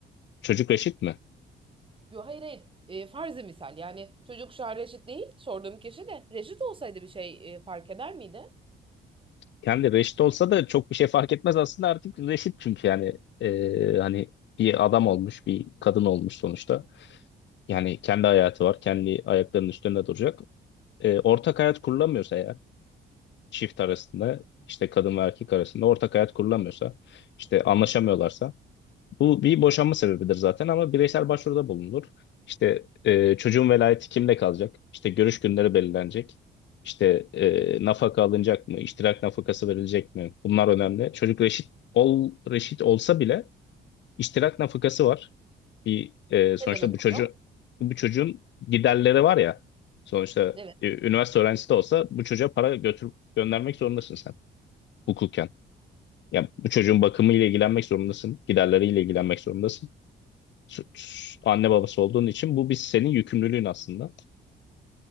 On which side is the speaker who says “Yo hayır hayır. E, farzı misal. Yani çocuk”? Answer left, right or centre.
Right